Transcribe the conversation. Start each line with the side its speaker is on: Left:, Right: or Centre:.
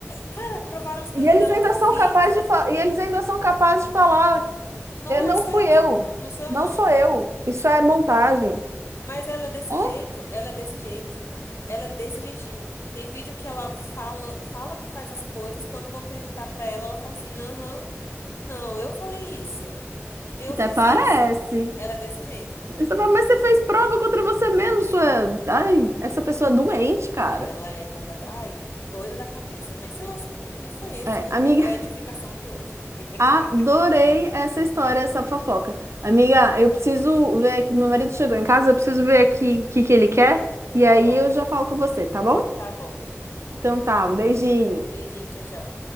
Left: cara, provaram as coisas
Right: E eles
Left: dela
Right: ainda
Left: com
Right: são
Left: vídeo.
Right: capazes de fa- e eles ainda são capazes de falar,
Left: Não
Right: "Eh,
Left: é
Right: não
Left: só
Right: fui
Left: eu, não.
Right: eu,
Left: Não sou eu,
Right: não
Left: não.
Right: sou eu, isso é montagem.
Left: Mas ela é desse
Right: É,
Left: jeito. Ela é desse jeito. Ela é desse jeitinho. Tem vídeo que ela fala, fala que faz as coisas. Quando vão perguntar pra ela, ela fala assim: aham. Não, eu falei isso. Eu
Right: até
Left: fiz
Right: parece.
Left: isso. Ela é desse jeito.
Right: Você fala, Mas você fez prova contra você mesmo, sua. Ai, essa pessoa é doente, cara.
Left: Ela é completa. Ai, doida da cabeça, mas se lascou. E foi esse
Right: É,
Left: o,
Right: amiga,
Left: o- a edificação de hoje.
Right: <laughs>
Left: <laughs>
Right: adorei essa história, essa fofoca. Amiga, eu preciso ver aqui. Meu marido chegou em casa, eu preciso ver aqui o que que ele quer. E
Left: Tá
Right: aí
Left: bom,
Right: eu já falo com você, tá bom?
Left: tá bom.
Right: Então tá, um beijinho.
Left: Beijinho, tchau, tchau.